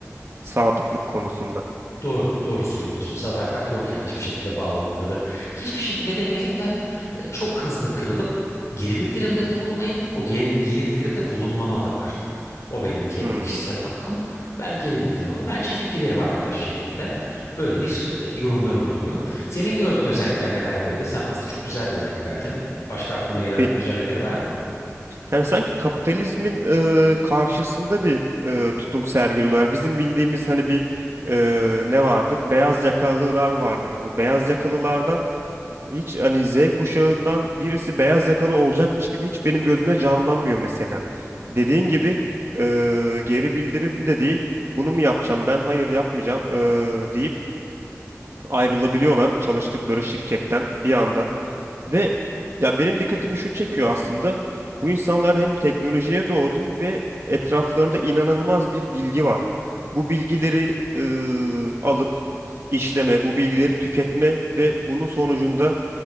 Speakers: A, on the right; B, on the left.
A: Sadıklık konusunda.
B: Doğru, doğru söylüyorsun. Sadakat yok yani hiçbir şekilde bağlılıkları. Hiçbir şekilde demeyelim de e, çok hızlı kırılıp geri bildirimde bulunmayıp o geri, geri bildirimde bulunmama da var. O benim kendi
A: Hmm.
B: kişisel hakkım. Ben geri bildirim, ben çekip giderim arkadaş şeklinde. Böyle bir e, yorumları oluyor. Senin gördüğün özellikler neler böyle? Sen aslında çok güzel bir örnek verdin. Başka aklına gelen
A: Be-
B: özellikleri var mı?
A: yani sanki kapitalizmin e, karşısında bir e, tutum sergiliyorlar. Bizim bildiğimiz hani bir e, ne vardır? Beyaz yakalılar vardır. Bu beyaz yakalılardan hiç hani Z kuşağından birisi beyaz yakalı olacakmış gibi hiç benim gözümde canlanmıyor mesela. Dediğin gibi e, geri bildirim de değil. Bunu mu yapacağım ben? Hayır yapmayacağım e, deyip ayrılabiliyorlar çalıştıkları şirketten bir anda. Ve ya benim dikkatimi şu çekiyor aslında. Bu insanlar hem teknolojiye doğdu ve etraflarında inanılmaz bir bilgi var. Bu bilgileri eee, alıp işleme, bu bilgileri tüketme ve bunun sonucunda